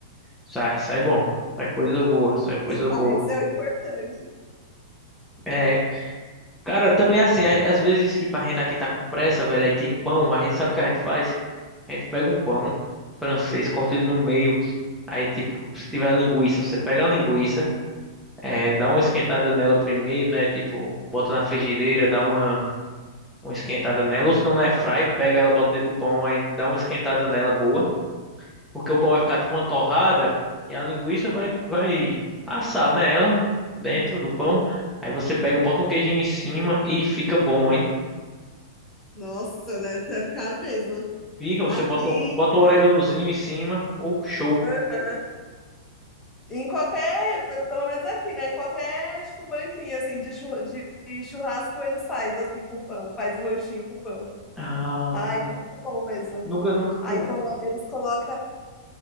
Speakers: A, in the centre; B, on the left.
A: Sai, sai bom, sai coisa boa, sai coisa boa.
B: Ah, isso é o importante.
A: É, cara, também é assim, a- às vezes, tipo, a gente aqui tá com pressa, velho, aí tem pão, a gente sabe o que a gente faz? A gente pega um pão francês, corta ele no meio, aí, tipo, se tiver linguiça, você pega a linguiça, é, dá uma
B: Hum.
A: esquentada nela primeiro, né, tipo, bota na frigideira, dá uma uma esquentada nela, ou se não na airfry, pega ela, bota dentro do pão, aí dá uma esquentada nela boa, porque o pão vai ficar tipo uma torrada e a linguiça vai vai assar nela dentro do pão. Aí você pega, bota um queijinho em cima e fica bom, hein?
B: Nossa, né? Deve até ficar mesmo.
A: Fica, você
B: Aqui
A: bota um- bota um oreganozinho em cima, ou show.
B: Aham. Em qualquer, pelo menos aqui, né? Em qualquer, tipo, banquinha, assim, de chur- de- de churrasco, eles faz, assim, com pão. Faz o lanchinho com pão.
A: Ah,
B: Ai, fica muito bom mesmo.
A: nunca nunca com,
B: Aí colo- eles colocam